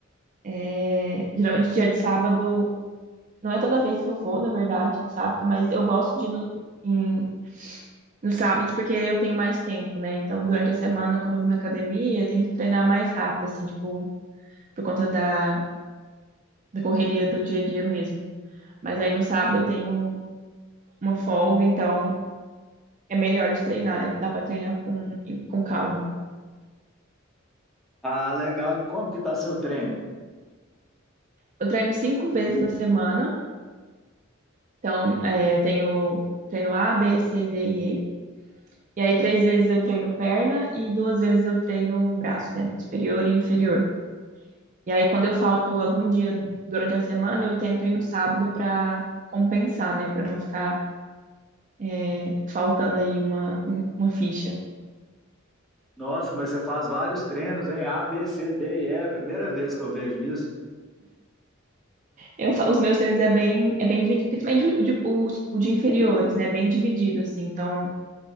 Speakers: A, on the right; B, in the centre.
A: É, geralmente, dia de sábado, não é toda vez que eu vou, na verdade, de sábado, mas eu gosto de ir no, em, nos sábados porque eu tenho mais tempo, né? Então, durante a semana, quando eu vou na academia, eu tenho que treinar mais rápido, assim, tipo, por conta da, da correria do dia a dia mesmo. Mas aí no sábado eu tenho uma folga, então é melhor de treinar, né? Dá pra treinar com, com calma.
B: Ah, legal. E como que tá seu treino?
A: Eu treino cinco vezes na semana, então é, eu tenho treino A, B, C, D e E. E aí três vezes eu treino perna e duas vezes eu treino braço, né? Superior e inferior. E aí quando eu falto algum dia durante a semana, eu tento ir no sábado pra compensar, né? Pra não ficar é, faltando aí uma, um- uma ficha.
B: Nossa, mas você faz vários treinos, hein? A, B, C, D e E. É a primeira vez que eu vejo isso.
A: Eu, fa- os meus treinos é bem, é bem dividido, principalmente o de, o, o de inferiores, né? Bem dividido, assim. Então